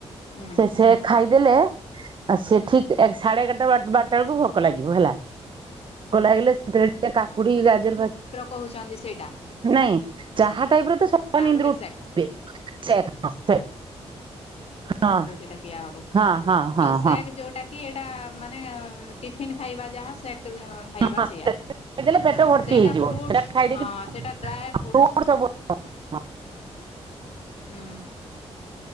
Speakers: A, on the left; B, on the right.
A: ହୁଁ
B: ସେ ସେ ଖାଇଦେଲେ ଆଉ ସେ ଠିକ୍ ଏ ସାଢେ ଏଗାରଟା ବାର ବାରଟା ବେଳକୁ ଭୋକ ଲାଗିବ ହେଲା। ଭୋକ ଲାଗିଲେ ସେତେବେଳେ ଟିକିଏ କାକୁଡି, ଗାଜର ଫା
A: କୋହୁଚନ୍ତି ସେଇଟା।
B: ନାଇଁ ଚାହା ଟାଇପର ତ <inaudible>
A: ଆଉ
B: ନିଦରୁ
A: ଗୋଟେ
B: ଉଠିବେ।
A: ସେକ୍।
B: <inaudible> ହଁ।
A: ସେଟା ଦିଆ ହବ।
B: ହଁ ହଁ ହଁ
A: ଆଉ ସେକ୍
B: ହଁ।
A: ଯୋଉଟା କି ଏଟା ମାନେ ଉଁ ଟିଫିିନ୍ ଖାଇବା ଯାହା ସେ <unintelligible> ଖାଇବା
B: ଖାଇଦେଲେ
A: ସେୟା
B: ପେଟ ଭର୍ତ୍ତି
A: ସେଇଟା
B: ହେଇଯିବ
A: ଫ୍ରୁଟସ୍
B: ସେଟା ଖାଇଦେଇକି
A: ହଁ ସେଇଟା ଡ୍ରାଏ ଫ୍ରୁଟସ୍।
B: ଫ୍ରୁଟ ସବୁ <inaudible> <inaudible>
A: ହୁଁ